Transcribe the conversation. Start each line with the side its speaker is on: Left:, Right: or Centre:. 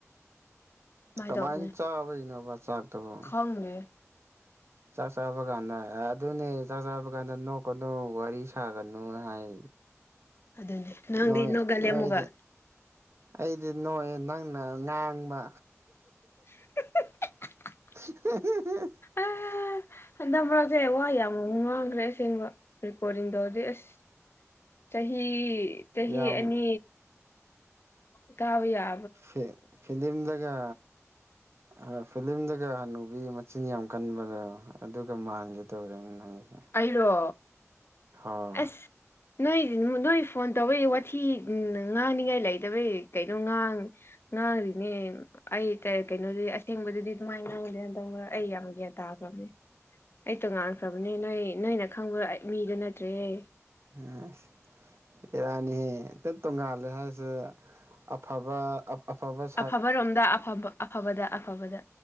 Left: ꯀꯃꯥꯏꯅ
Right: ꯀꯃꯥꯏ
Left: ꯇꯧꯕꯅꯦ
Right: ꯆꯥꯕꯩꯅꯣꯕ ꯆꯥꯛꯇꯨꯕꯣ
Left: ꯈꯪꯗꯦ
Right: ꯆꯥꯛ ꯆꯥꯕ ꯀꯥꯟꯗ ꯑꯗꯨꯅꯦ ꯆꯥꯛ ꯆꯥꯕ ꯀꯥꯟꯗ ꯅꯣꯛꯀꯅꯨ ꯋꯥꯔꯤ ꯁꯥꯒꯅꯨꯅ ꯍꯥꯏ
Left: ꯑꯗꯨꯅꯦ ꯅꯪꯗꯤ
Right: ꯅꯣꯏ
Left: ꯅꯣꯏꯒꯜꯂꯦ
Right: ꯅꯣꯏꯗꯤ
Left: ꯑꯃꯨꯛꯒ
Right: ꯑꯩꯗꯤ ꯅꯣꯛꯑꯦ ꯅꯪꯅ ꯉꯥꯡꯕ
Left: <unintelligible>
Right: ꯎ ꯍ <unintelligible>
Left: ꯑ ꯍꯟꯗꯛ ꯃꯔꯛꯁꯦ ꯋꯥ ꯌꯥꯝ ꯉꯥꯡꯈ꯭ꯔꯦ ꯑꯁꯦꯡꯕ ꯔꯦꯀꯣꯔꯗꯤꯡꯗꯣ ꯑꯁ ꯆꯍꯤ ꯆꯍꯤ
Right: ꯌꯥꯝ
Left: ꯑꯅꯤ ꯀꯥꯕ ꯌꯥ
Right: ꯐꯦꯠ ꯐꯤꯂꯤꯝꯗꯒ ꯑ ꯐꯤꯂꯝꯗꯒ ꯍꯟꯅꯨꯕꯤ ꯃꯆꯤꯟ ꯌꯥꯝ ꯀꯟꯕꯗꯣ ꯑꯗꯨꯒ ꯃꯥꯟꯒꯦ ꯇꯧꯔꯦꯅꯦ ꯅꯪꯁꯦ
Left: ꯑꯩꯔꯣ
Right: ꯍꯣ
Left: <unintelligible> ꯅꯣꯏꯗꯤ ꯅꯣꯏ ꯐꯣꯟ ꯇꯧꯕꯩ ꯋꯥꯊꯤ ꯉꯥꯡꯅꯤꯡꯉꯥꯏ ꯂꯩꯇꯕꯩ ꯀꯩꯅꯣ ꯉꯥꯡ ꯉꯥꯡꯔꯤꯅꯦ ꯑꯩ ꯀꯩ ꯀꯩꯅꯣꯗꯗꯤ ꯑꯁꯦꯡꯕꯗꯗꯤ ꯑꯗꯨꯃꯥꯏ ꯉꯥꯡꯗꯦ ꯍꯟꯇꯛ ꯃꯔꯛ ꯑꯩ ꯌꯥꯝ ꯒ꯭ꯌꯥꯟ ꯇꯥꯈ꯭ꯔꯕꯅꯦ ꯑꯩꯇꯣ ꯉꯥꯡꯈ꯭ꯔꯕꯅꯦ ꯅꯣꯏ ꯅꯣꯏꯅ ꯈꯪꯕ ꯃꯤꯗꯨ ꯅꯠꯇ꯭ꯔꯦꯍꯦ
Right: ꯑꯁ ꯕꯦꯔꯥꯅꯤꯍꯦ ꯑꯇꯪ ꯇꯣꯡꯉꯜꯂꯦ ꯍꯥꯏꯁꯦ ꯑꯐꯕ ꯑꯞ ꯑꯐꯕꯠꯁ
Left: ꯑꯐꯕꯔꯣꯝꯗ ꯑꯐꯕ ꯑꯐꯕꯗ ꯑꯐꯕꯗ